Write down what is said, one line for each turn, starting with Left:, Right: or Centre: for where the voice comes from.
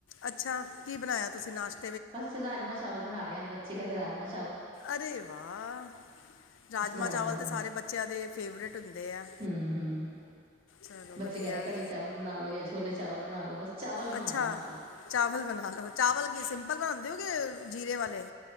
Left: ਅੱਛਾ ਕੀ ਬਣਾਇਆ ਤੁਸੀਂ ਨਾਸ਼ਤਾ
Right: ਬਸ ਰਾਜਮਾ ਚਾਵਲ ਬਣਾ ਰਹੇ ਆ। ਅੱਜ ਬੱਚੇਰੇ ਰਾਜਮਾ
Left: ਅਰੇ ਵਾਹ ਰਾਜਮਾਂ
Right: ਬਸ
Left: ਚਾਵਲ
Right: ਬਣਾਏ
Left: ਤੇ ਸਾਰੇ ਬੱਚਿਆਂ ਦੇ ਫੇਰੇਟ ਹੁੰਦੇ ਆ
Right: ਹੂੰ ਹੂੰ
Left: ਚਲੋ
Right: ਬੱਚੇ
Left: ਵਧਆ
Right: ਕਹਿ ਰਹੇ ਕੜੀ ਚਾਵਲ ਬਣਾ ਲਓ ਜਾਂ ਛੋਲੇ ਚਾਵਲ ਬਣਾ ਲਓ ਬਸ ਚਾਵਲ ਬਣਾ
Left: ਅੱਛਾ
Right: ਲਓ ਨਾਲ
Left: ਚਾਵਲ ਬਣਾ ਲੋ ਚਾਵਲ ਕੀ ਸਿੰਪਲ ਬਣਾਉਂਦੇ ਹੋਗੇ ਜੀਰੇ ਵਾਲੇ।